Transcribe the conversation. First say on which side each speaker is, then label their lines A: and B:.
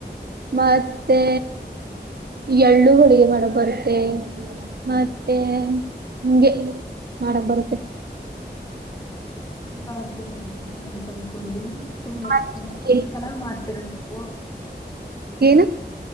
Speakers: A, on the right (about 65°); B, on the left (about 25°).
A: ಮತ್ತೆ ಎಳ್ಳು ಹೊಳಿಗೆ ಮಾಡಕ್ ಬರುತ್ತೆ. ಮತ್ತೆ ಹಿಂಗೆ ಮಾಡಕ್ ಬರುತ್ತೆ.
B: ಅ ಜ ಬರ್ತ ಅಂತ ಅನ್ಕೊಂಡಿದೀನಿ. ತುಂಬಾ
A: ಮತ್ತೆ
B: ಚ ಚೆನ್ನಾಗ್ ಮಾಡ್ತೀರ ನೀವು.
A: ಏನು